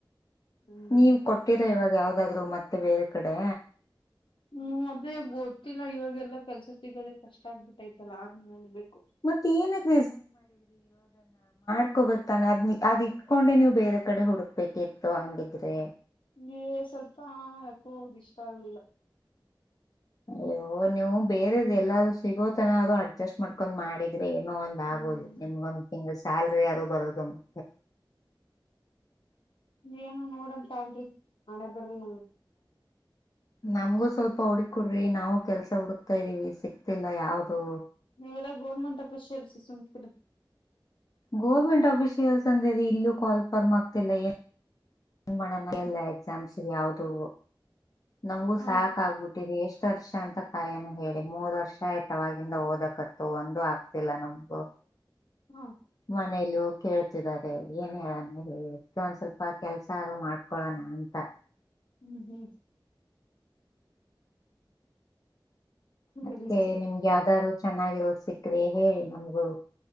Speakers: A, on the left; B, on the left.
A: ಹ್ಮ್
B: ನೀವ್ ಕೊಟ್ಟಿರ ಇವಾಗ ಯಾವ್ದಾದ್ರು ಮತ್ತೆ ಬೇರೆ ಕಡೆ
A: ಹ್ಮ್ ಅದೇ ಗೊತ್ತಿಲ್ಲ ಇವಾಗೆಲ್ಲಾ ಕೆಲ್ಸ ಸಿಗದೆ ಕಷ್ಟ ಆಗ್ಬಿಟ್ಟೈತಲ್ಲ ಅ ನೋಡ್ಬೇಕು
B: ಮತ್ತೆ ಏನಕ್ ಹಕೋಗುತ್ತಾನೆ ಅದ್ ಅದ್ ಇಟ್ಕೊಂಡೆ ನೀವು ಬೇರೆ ಕಡೆ ಹುಡುಕ್ಬೇಕಿತ್ತು ಹಂಗಿದ್ರೆ
A: ನಿಗೆ ಸ್ವಲ್ಪ ಯಾಕೋದು ಇಷ್ಟ ಆಗ್ಲಿಲ್ಲ
B: ಅಯ್ಯೋ ನೀವು ಬೇರೆದ ಎಲ್ಲೂ ಸಿಗೋತನ ಅರು ಅಡ್ಜಸ್ಟ್ ಮಾಡ್ಕೊಂಡ್ ಮಾಡಿ ್ರೆ ಏನೋ ಒಂದ
A: ಹ್ಮ್
B: ಆಗೋದು ನಿಮ್ಗ ಒಂದ್ ತಿಂಗ್ ಶಲ್ರಿ ಯಾರು ಬರುದು ಮತ್ತೆ
A: ಏನು ನೋಡಂತ ತಾಳ್ರೀ ಹನರ್ಬರ್ದ
B: ನಮಗೂ ಸ್ವಲ್ಪ ಹುಡ್ಕ ಕೊಡ್ರಿ ನಾವು ಕೆಲ್ಸ ಹುಡುಕ್ತಾ ಇದ್ದೀವಿ ಸಿಕ್ತಿಲ್ಲ ಯಾವ್ದು
A: ನೀವೆ ಎಲ್ಲ ಗೌರ್ಮೆಂಟ್ ಆಫಿಷಿಯಲ್ಸ ಸುಮ್ಕಿರಿ
B: ಗೋರ್ಮೆಂಟ್ ಆಫಿಷಿಯಲ್ಸ್ ಅಂದ್ರೆ ರ ಇಲ್ಲೂ ಕಾಲ್ ಫರ್ಮ್ ಆಗ್ತಿಲ್ಲ ಏನ್ ನಿಮ್ಮಣಲ್ಲ
A: ಹ್ಮ್
B: ಎಕ್ಸಾಮ್ಸ್ ಯಾವವದು ನಮಗೂ
A: ಹಾ
B: ಸಾಕಾಗಗ್ಬಿಟ್ಟಿದ ಎಷ್ಟ ವರ್ಷ ಅಂತ ಕಾಯನ ಹೇಳ ಮೂರ್ ವರ್ಷ ಆಯ್ತಾವವಾಗಿಂದ ಓದಕತ್ತು ಒಂದು ಆಗ್ತಿಲ್ಲ ನಮ್ಗು
A: ಹಾ
B: ಮನೇೆಯಲ್ಲಿ ಕೇಳ್ತಿದ್ದಾರೆ ಏನ್ ಹೇಳಣ ಹೇಳಿಕ್ಕೆ ಒಂದ್ ಸ್ವಲ್ಪ ಕೆಲ್ಸ ಅದು ಮಾಡ್ಕೊಳೋಣ ಅಂತ
A: ಹ್ಮ್ ಹ್ಮ್ ಸರಿ
B: ಅದ್ಕ್ಕೆ
A: ಸರಿ
B: ನಿಮ್ಗೆ ಯಾವ್ದಾರರು ಚೆನ್ನಾಗಿರೋದ ಸಿಕ್ಕ್ರಿ ಹೇಳಿ ನಮ್ಗೂ